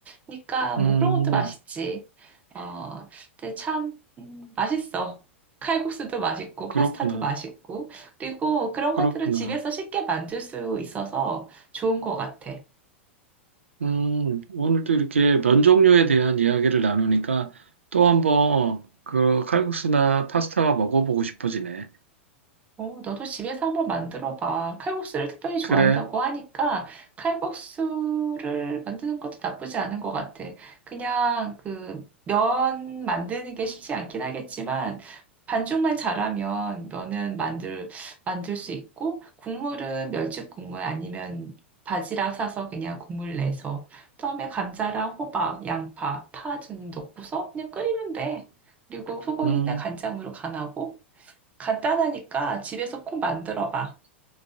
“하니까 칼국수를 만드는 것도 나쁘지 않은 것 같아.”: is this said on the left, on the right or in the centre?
Right